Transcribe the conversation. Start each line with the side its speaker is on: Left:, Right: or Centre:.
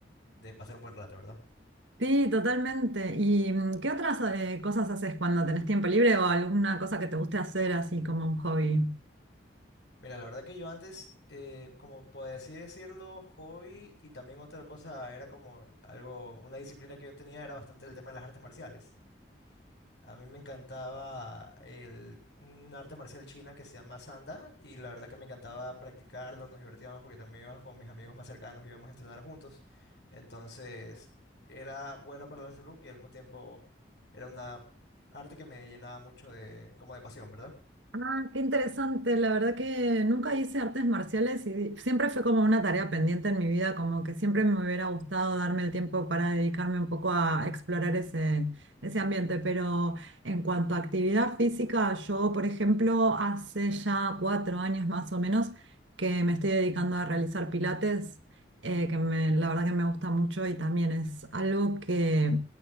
Left: de pasar un buen rato, ¿verdad?
Right: sí, totalmente. ¿Y mm, qué otras eh, cosas haces cuando tenés tiempo libre o alguna cosa que te guste hacer así como un hobby?
Left: Mira, la verdad que yo antes, eh, como por así decirlo, hobby y también otra cosa era como algo, una disciplina que yo tenía era bastante el tema de las artes marciales. A mí me encantaba el, un arte marcial china que se llama Sanda y la verdad que me encantaba practicarlo, nos divertíamos porque también íbamos con mis amigos más cercanos, íbamos a entrenar juntos. Entonces era bueno para la salud y al mismo tiempo era una arte que me llenaba mucho de, como de pasión, ¿verdad?
Right: Ah, qué interesante. La verdad que nunca hice artes marciales y siempre fue como una tarea pendiente en mi vida, como que siempre me hubiera gustado darme el tiempo para dedicarme un poco a explorar ese, ese ambiente. Pero en cuanto a actividad física, yo, por ejemplo, hace ya cuatro años más o menos que me estoy dedicando a realizar pilates, eh, que me- la verdad que me gusta mucho y también es algo que